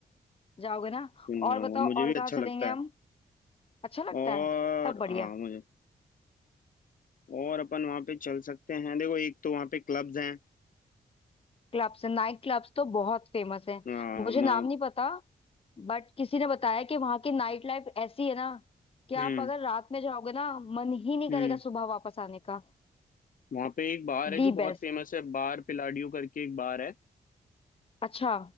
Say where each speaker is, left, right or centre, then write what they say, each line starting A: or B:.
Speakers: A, on the left; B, on the left.
A: जाओगे ना
B: क्यों नहीं
A: और
B: आऊंगा
A: बताओ
B: मुझे
A: और
B: भी
A: कहाँ
B: अच्छा
A: चलेंगे
B: लगता
A: हम
B: है
A: अच्छा लगता
B: और
A: है तब बढ़िया
B: हाँ मुझे और अपन वहाँ पे चल सकते हैं देखो एक तो वहाँ पे क्लब्स हैं
A: क्लब्स है नाइट क्लब्स तो बहुत फेमस है
B: हाँ,
A: मुझे
B: म-
A: नाम नहीं पता बट किसी ने बताया कि वहाँ की नाइट लाइफ ऐसी है ना कि
B: हम्म
A: आप अगर रात में जाओगे ना मन ही नहीं
B: हम्म
A: करेगा सुबह वापस आने का
B: वहाँ पे एक बार है
A: The
B: जो बहुत
A: best
B: फेमस है बार पिलाडियो करके एक बार है
A: अच्छा